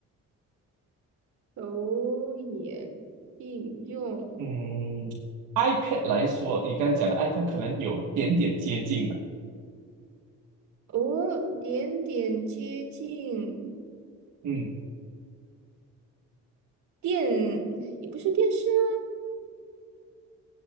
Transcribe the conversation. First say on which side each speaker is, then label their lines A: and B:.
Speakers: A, on the right (about 70°); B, on the right (about 80°).
A: 手眼应用，
B: 嗯，iPad 来说，你刚才讲的 iPad 可能有点点接近了。
A: 哦，点点接近
B: 嗯，
A: 电，也不是电视啊，